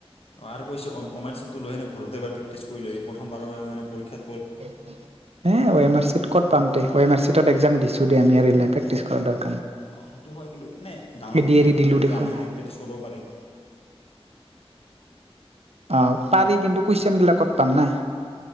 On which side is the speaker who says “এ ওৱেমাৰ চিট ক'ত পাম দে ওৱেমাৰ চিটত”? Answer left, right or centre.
Right